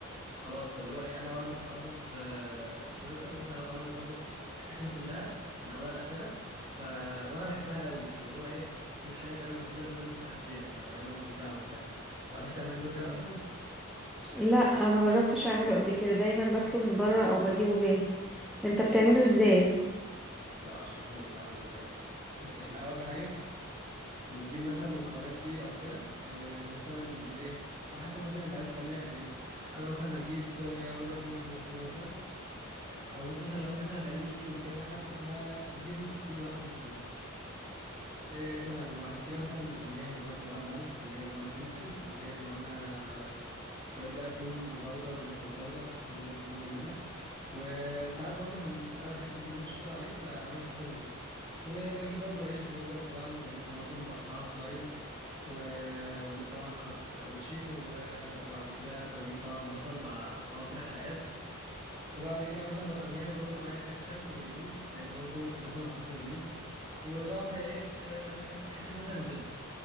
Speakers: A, on the right (about 25°); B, in the centre.
A: فخلاص فاللي هو ايه انا بعرف اطبخ آه، برجر مثلا اعرف اعمل اطبخ اكله كلها من اولها لاخرها ف وانا بحبها قوي فاللي هو ايه دي الحاجه تقريبا الوحيده اللي انا نفسي راحت ليها فتقريبا عشان كده عملتها تعرفي تعملي البرجر اصلا
B: لا ما جربتش اعمله قبل كده دايما باكله من بره او بجيبه جاهز انت بتعمله
A: أنا-
B: ازاي
A: بص هشرح لك بتعمل ازاي بص احنا اول حاجه بنجيب مثلا مكونات ليه او كده آه مثلا بنجيب ايه على حسب مثلا انت عايز تعمليها قد ايه مثلا انا مثلا هجيب آه، ربع كيلو لحمه مفرومه مثلا آه، او بص مثلا لو انت مثلا هتعمل ليكي ولكذا حد فاحنا نجيب نص كيلو لحمه مفرومه آه تمام وبعد كده مثلا بنجهز برضو معانا ملح وبنجهز معانا فلفل ونجهز معانا شويه بقى توم باودر وبصل باودر لازم برضو يكون جنبنا و- وساعات برضو حم... انا بحب الجبنه الشيدر عليه فبعمل حسابي فيه وبجيب برضو عيش برجر طبعا وبجيب طماطم مقطعه سلايز و... وبجيب طبعا خس كابوتشي و- وبعد كده بجيب طبعا بصل بقطعه كده حلقات وبعد كده مثلا ببقى مجهز برضو معايا كاتشب ومايونيز لان برضو لازم هحط مايونيز وطبعا بقى ايه آه، حته مثلا زبده